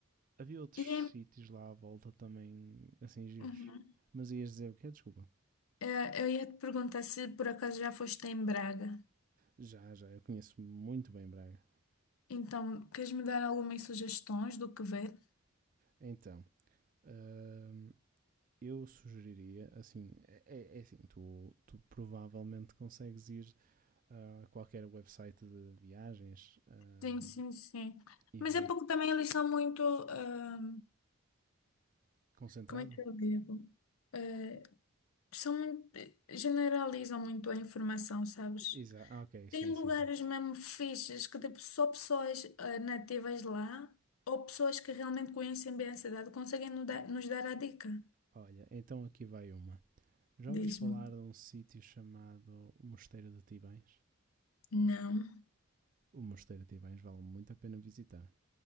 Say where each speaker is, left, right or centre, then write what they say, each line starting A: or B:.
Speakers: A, on the right; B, on the left.
A: Havia outros
B: E é,
A: sítios lá à volta também, assim, giros.
B: uhum.
A: Mas ias dizer o quê? Desculpa.
B: Eh, eu ia te perguntar se por acaso já foste em Braga.
A: Já, já, eu conheço muito bem Braga.
B: Então, queres me dar algumas sugestões do que ver?
A: Então, hum, eu sugeriria, assim, é- é, é assim, tu, tu provavelmente consegues ir a qualquer website de viagens hum,
B: Sim, sim, sim.
A: e
B: Mas
A: ver
B: é porque também eles são muito. ah,
A: concentrado.
B: Como é que eu digo? Eh, são muito, generalizam muito a informação, sabes?
A: Exato, ah, ok,
B: Tem
A: sim,
B: lugares
A: sim, sim.
B: mesmo fixes que tipo, só pessoas eh, nativas lá ou pessoas que realmente conhecem bem a cidade conseguem nos dar, nos dar a dica.
A: Olha, então aqui vai uma. Já ouviste
B: Diz-me.
A: falar de um sítio chamado Mosteiro de Tibães?
B: Não.
A: O Mosteiro de Tibães vale muito a pena visitar.